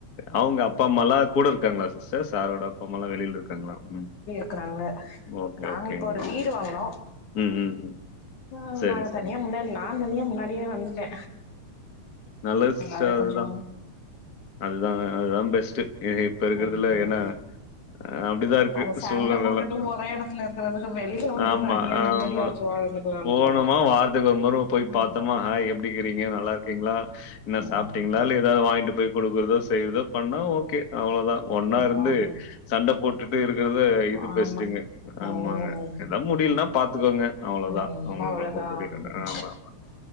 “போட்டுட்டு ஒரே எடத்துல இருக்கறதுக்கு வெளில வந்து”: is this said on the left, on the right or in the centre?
Left